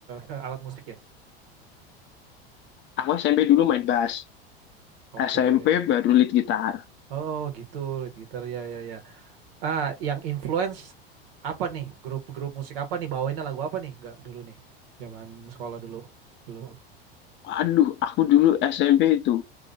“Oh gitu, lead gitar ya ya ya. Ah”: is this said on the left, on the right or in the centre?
Right